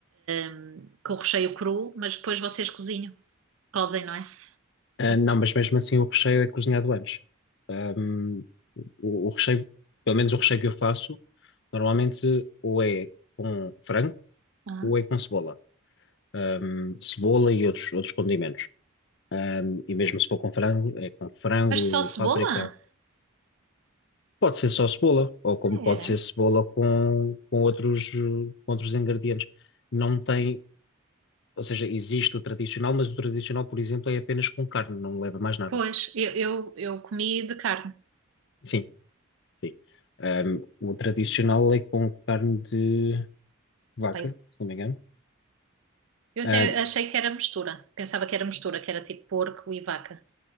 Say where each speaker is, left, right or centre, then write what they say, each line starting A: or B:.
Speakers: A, on the right; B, on the left.
A: hum, com o recheio cru, mas depois vocês cozinham, cozem, não é?
B: Ah,
A: Pois.
B: não, mas mesmo assim o recheio é cozinhado antes. Hum, o, o recheio, pelo menos o recheio que eu faço, normalmente ou é com frango
A: Ah,
B: ou é com cebola. Hum, cebola e outros, outros condimentos. Um, e mesmo se for com frango, é com frango,
A: mas só cebola?
B: páprica. Pode ser só cebola, ou como pode
A: É.
B: ser cebola com, com outros, eh, com outros ingredientes. Não tem, ou seja, existe o tradicional, mas o tradicional, por exemplo, é apenas com carne, não leva mais nada.
A: Pois, eu, eu, eu comi de carne.
B: Sim, sim. Ahm, o tradicional é com carne de vaca,
A: Pai,
B: se não me engano.
A: Eu até
B: Ahm,
A: achei que era mistura. Pensava que era mistura, que era tipo porco e vaca.